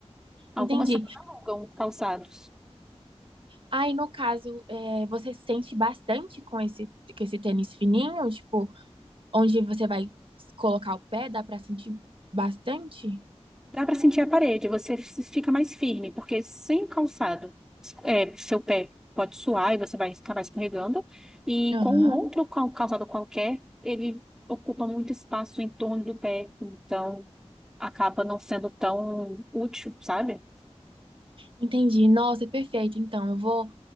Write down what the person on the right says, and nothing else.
entendi.
Aí, no caso, é, você sente bastante com esse, com esse tênis fininho? Tipo, onde você vai colocar o pé, dá pra sentir bastante?
Aham,
entendi. Nossa, perfeito. Então, eu vou